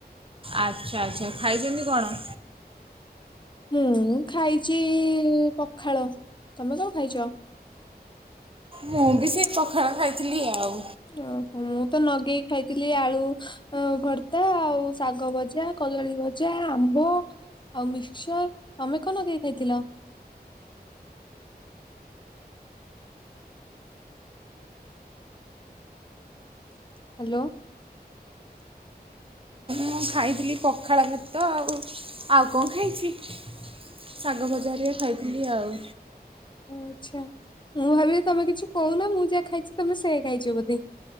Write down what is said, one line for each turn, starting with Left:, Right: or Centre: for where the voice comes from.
Right: ଆଚ୍ଛା ଆଚ୍ଛା ଖାଇଛନ୍ତି କଣ?
Left: ମୁଁ ଖାଇଛି ପଖାଳ, ତମେ କଣ ଖାଇଛ?
Right: ମୁଁ ବି ସେ ପଖାଳ ଖାଇଥିଲି ଆଉ।
Left: ଓହୋ ମୁଁ ତ ନଗେଇକି ଖାଇଥିଲି ଆଳୁ ଅ ଭର୍ତା, ଆଉ ଶାଗ ଭଜା। କଦଳୀ ଭଜା, ଆମ୍ବ, ଆଉ ମିକ୍ସଚର, ତମେ କଣ ଲଗେଇ ଖାଇଥିଲ? ହ୍ୟାଲୋ
Right: ମୁଁ ଖାଇଥିଲି ପଖାଳ, ଭାତ ଆଉ ଆଉ କଣ ଖାଇଛି? ଶାଗ ଭଜା ଯାହା ଟିକେ ଖାଇଥିଲି ଆଉ।
Left: ଓ ଆଚ୍ଛା ମୁଁ ଭାବିଲି ତମେ କିଛି କହୁନ ମୁଁ ଯାହା ଖାଇଛି ତମେ ସେ ଖାଇଛ ବୋଧେ ଖାଇଚନ୍ତି।